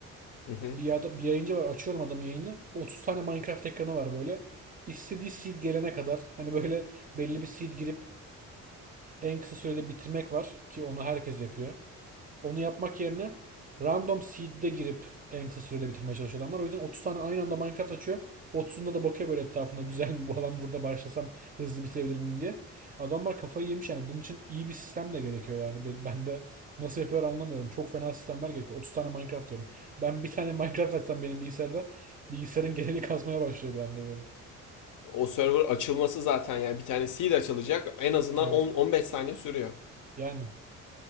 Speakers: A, on the left; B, on the right.
A: Hı hı.
B: Bir, yada, bir yayıncı var açıyorum adamın yayını. 30 tane Minecraft ekranı var böyle. İstediği seed gelene kadar hani böyle belli bir seed girip en kısa sürede bitirmek var ki onu herkes yapıyor. Onu yapmak yerine random seed'de girip en kısa sürede bitirmeye çalışıyor adamlar. O yüzden 30 tane aynı anda Minecraft açıyor. 30'unda da bakıyor böyle etrafında <laughs> güzel mi bu alan burada başlasam hızlı bitirebilir miyim diye. Adamlar kafayı yemiş yani bunun için iyi bir sistem de gerekiyor yani. Ben de nasıl yapıyorlar anlamıyorum. Çok fena sistemler gerekiyor. 30 tane Minecraft diyorum. Ben bir tane Minecraft açsam benim bilgisayarda bilgisayarın geneli kasmaya başlıyor bir anda böyle.
A: O server açılması zaten yani bir tane seed açılacak en azından
B: Evet.
A: 10-15 saniye sürüyor.
B: Yani